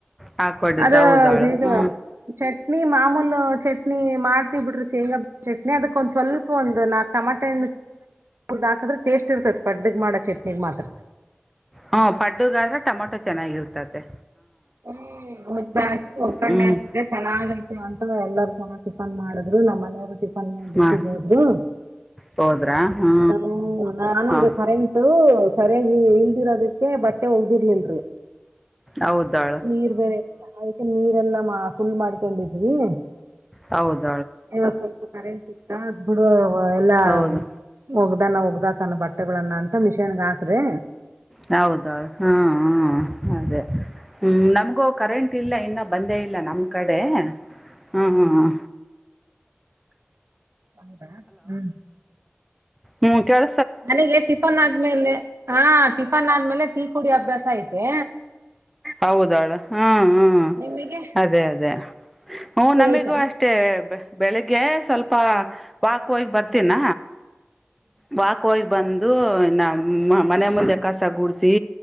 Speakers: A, in the centre; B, on the right (about 80°).
A: ಹಾಕ್ಕೊಂಡಿದ್ದು
B: ಅದು
A: ಹೌದಳು
B: ಇದು
A: ಹ್ಞೂ
B: ಚಟ್ ನೀ ಮಾಮೂಲು ಚಟ್ನಿ ಮಾಡ್ತ ಬಿಡ್ರಿ ಶೇಂಗಾ ಚಟ್ನಿ ಅದಕ್ಕೊಂದ್ ಸ್ವಲ್ಪ ಒಂದು ನಾಕ ಟಮಟೆ ಹಾಕದ್ರೆ ಟೇಸ್ಟ್ ಇರ್ತತ್ ಪಡ್್ದಗ್ ಮಾಡ ಚಟ್ನಿ ಮಾತ್ರ
A: ಹ ಪಡ್ಡುಗಾದ್ರೆ ಟಮೊಟೊ ಚೆನ್ನಾಗಿ ಇರ್ತದೆ
B: ಹ್ಮ್ ಮುದ್ದ ಹಾಕಿ ಒಗ್ಗ್ಣೆ
A: ಹ್ಞೂ
B: ಹಾಕಿದ್ರೆ ಚೆನ್ನಾಗ ಅಂತ ಎಲ್ಲಾರ ಚನ್ನ ಟಿಫನ್ ಮಾಡಿದ್ರು ನಮ್ಮ್ ಮನೆಯವ್ರು ಟಿಫನ್
A: ಹಾಂ
B: ೂಟಿಗೆ ಹೋದ್ರು
A: ಹೋದ್ರಾ ಹ್ಞೂ
B: ಹ ನಾನಾಗ
A: ಹಾಂ
B: ಖರೆಂತು ಸರಿಯಾಗಿ ಇಲ್ದಿರೋದಕ್ಕೆ ಬಟ್ಟೆ ಹೋಗ್ದಿರ್ಲಲ್ರಿ
A: ಹೌದಾಳ
B: ನೀರ್ ಬೇರೆ ಇಿಲ್ಲ ಅದಕ್ಕೆ ನೀರೆಲ್ಲಾ ಫುಲ್ ಮಾಡ್ಕೊಂಡಿದ್ವಿ
A: ಹೌದ
B: ಇವಾಗ ಸ್ವಲ್ಪ ಕರೆಂಟ್ ಸಿತಾ ಬಿಡ ಎಲ್ಲಾ
A: ಹೌದು
B: ಒಗ್ದಾನ ಒಗ್್ದಕಣ ಬಟ್ಟೆಗಳನ್ನ ಅಂತ ಮಿಷನ್ಗ ಹಾಕ್ರಿ
A: ಹೌದೌದು ಹಾ ಹ ಅದೇ ಹ್ಮ್ ನಮ್ಗೂ ಕರೆಂಟ್ ಇಲ್ಲ ಇನ್ನ ಬಂದೇ ನಮ್ ಕಡೆ ಹ್ಮ್
B: ಹೌದಾ ಹ್ಮ್
A: ಹ ಕೆೇಳ
B: ನನಗೆ ಟಿಫನ್ ಆದ್ಮೇಲೆ ಹಾ ಟಿಫನ್ ಆದ್ಮೇಲೆ ಟೀ ಕುಡಿ ಅಭ್ಯಾಸ ಐತೆ
A: ಹೌದಾಳ ಹ್ಮ್ ಹ್ಮ್
B: ನಿಮಗೆ
A: ಅದೇ ಅದೇ ಹ್ಮ
B: ನಿಮಗೈತಾ
A: ನಮಿಗೂ ಅಷ್ಟೇ ಬೆಳಿಗ್ಗೆ ಸ್ವಲ್ಪ ವಾಕ್ ಹೋಗ ಬರ್ತೀಿನ ವಾ ಕ ಬಂದ ಅದು ನ ಮನೆ ಮುಂದೆ ಕಸ ಗೂಡಸಿ